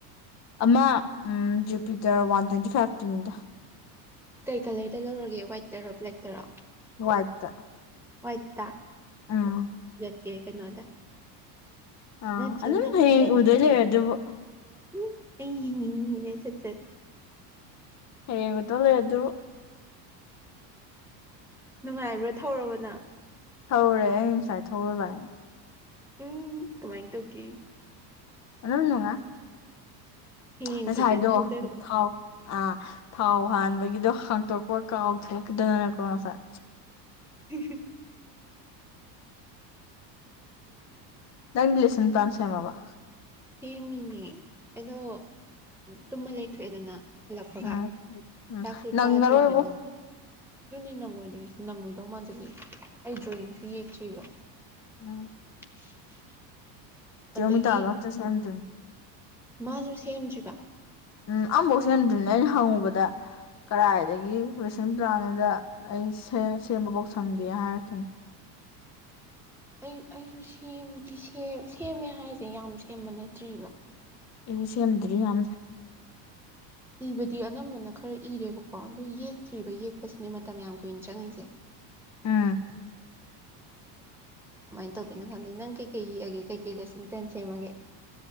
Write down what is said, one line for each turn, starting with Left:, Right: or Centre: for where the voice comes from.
Left: ꯑꯃ ꯎꯝ ꯖꯦ ꯄꯤꯗ ꯋꯥꯟ ꯇ꯭ꯋꯦꯟꯇꯤ ꯐꯥꯏꯚ ꯇꯃꯤꯗ
Centre: ꯀꯩ ꯀꯂꯔꯗ ꯂꯧꯔꯒꯦ ꯋꯥꯏꯠꯇꯔꯣ ꯕ꯭ꯂꯦꯛꯇꯔꯣ
Left: ꯋꯥꯏꯠꯇ
Centre: ꯋꯥꯏꯠꯇ ꯍꯇ
Left: ꯎꯝ
Centre: ꯊꯤꯦ ꯀꯩꯅꯣ ꯑꯗ
Left: ꯑꯥ
Centre: ꯑꯆꯥ
Left: ꯑꯗꯨꯝ
Centre: ꯅꯪꯈꯗ
Left: ꯍꯌꯦꯡ
Centre: ꯅꯪꯈ
Left: ꯎꯗꯣꯏ ꯂꯩꯔꯦ ꯑꯗꯨꯕꯨ
Centre: ꯎꯝ ꯑꯩ ꯌꯦꯡꯅꯤꯡꯉꯤꯅꯦꯅ ꯑꯩ ꯁꯠ ꯆꯠ
Left: ꯑꯦꯉꯗꯣ ꯂꯩ ꯑꯗꯨꯣ
Centre: ꯅꯨꯡꯉꯥꯏꯕ꯭ꯔꯥ ꯊꯧꯔꯕꯅ
Left: ꯊꯧꯔꯦ ꯑꯩ ꯉꯁꯥꯏ ꯊꯧꯔ ꯂꯏꯅꯦ
Centre: ꯎꯝ ꯀꯃꯥꯏꯅ ꯇꯧꯒꯦ
Left: ꯑꯣꯅꯨꯡꯉꯥꯏ
Centre: ꯍꯌꯦꯡ
Left: ꯉꯁꯥꯏꯗꯣ
Centre: ꯐꯖꯅ ꯊꯧꯗꯔꯛꯑꯣ
Left: ꯊꯥꯎ ꯑꯥ ꯊꯥꯎ ꯍꯥꯟꯕꯒꯤꯗꯣ ꯍꯥꯡꯇꯣꯛꯄ ꯀꯥꯎꯊꯣꯛꯈꯤꯗꯗꯅꯀꯣ ꯉꯁꯥꯏ
Centre: ꯎ
Left: ꯅꯪ ꯂꯤꯦꯁꯟ ꯇꯥꯟ ꯁꯦꯃꯕꯥ
Centre: ꯍ ꯃꯤꯅꯦ ꯑꯗꯣ ꯇꯨꯝꯕ ꯂꯩꯊꯣꯛꯑꯦꯗꯅ ꯍꯜꯂꯛꯄꯒ
Left: ꯎꯝ ꯎꯝ
Centre: ꯆꯥꯛꯁꯨ
Left: ꯅꯪꯉꯔꯣꯏꯕꯣ
Centre: ꯆꯥꯗ꯭ꯔꯕꯅꯤ ꯑꯗꯨꯅꯤ ꯅꯪꯉꯣꯏꯗꯣꯏꯁꯦ ꯅꯪꯉꯣꯏꯗꯧ ꯃꯥꯟꯁꯤꯂ ꯑꯩ ꯗ꯭ꯔꯣꯌꯤꯡꯁꯨ ꯌꯦꯛꯇ꯭ꯔꯤꯕ
Left: ꯎꯝ
Centre: <inaudible>
Left: ꯀꯣꯃꯤ
Centre: ꯑꯗꯒꯤ
Left: ꯇꯥꯗꯣꯠꯇ ꯁꯍꯅꯗꯅꯤ
Centre: ꯃꯥꯁꯨ ꯁꯦꯝꯗ꯭ꯔꯤꯕ
Left: ꯎꯝ ꯑꯐꯧꯁꯤ ꯅꯗꯅꯦ ꯑꯩꯅ ꯍꯪꯉꯨꯕꯗ ꯀꯗꯥꯏꯗꯒꯤ ꯔꯦꯁꯟ ꯄ꯭ꯂꯥꯟ ꯑꯃꯗ ꯑꯩ ꯁꯦꯝꯕꯐꯥꯎ ꯁꯪꯒꯦ ꯍꯥꯏꯔꯛꯈꯤꯅ
Centre: ꯑꯩ ꯑꯩꯁꯨ ꯁꯦꯝꯗꯤ ꯁꯦꯝꯃꯦ ꯍꯥꯏꯁꯦ ꯌꯥꯝ ꯁꯦꯝꯕ ꯅꯠꯇ꯭ꯔꯤꯕ
Left: ꯑꯩ ꯁꯦꯝꯗ꯭ꯔꯗꯤ ꯌꯥꯝ
Centre: ꯏꯕꯗꯤ ꯑꯅꯝꯕꯅ ꯈꯔ ꯏꯔꯦꯕꯀꯣ ꯑꯗꯨ ꯌꯦꯛꯇ꯭ꯔꯤꯕ ꯌꯦꯛꯄꯁꯤꯅꯦ ꯃꯇꯝ ꯌꯥꯝ ꯀꯨꯏꯅ ꯆꯪꯉꯤꯁꯦ
Left: ꯎꯝ
Centre: ꯀꯃꯥꯏꯅ ꯇꯧꯗꯦꯅꯣ ꯈꯪꯗꯦ ꯅꯪ ꯀꯩ ꯀꯩ ꯌꯦꯛꯑꯒꯦꯩꯀꯩ ꯂꯦꯁꯟ ꯄꯦꯟ ꯁꯦꯝꯃꯒꯦ